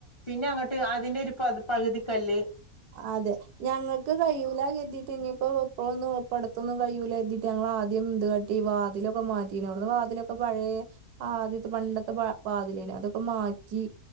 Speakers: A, on the left; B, on the right.
A: പിന്നെ അങ്ങട്ട് അതിന്റെരു പ പകുതി കല്ല്
B: അതെ ഞങ്ങക്ക് കയ്യൂലാ കര്തീട്ട് ഇനിപ്പോ പ്പൊളൊന്നും ഇപ്പ അടുത്തൊന്നും കഴിയൂല കര്തീട്ട് ഞങ്ങൾ ആദ്യം ഇത് കാട്ടി വാതിലൊക്കെ മാറ്റീന്നു അവിടുന്ന് വാതിലൊക്കെ പഴേ ആ ആദ്യത്തെ പണ്ടത്തെ വാ വാതിലേലു അതൊക്കെ മാറ്റി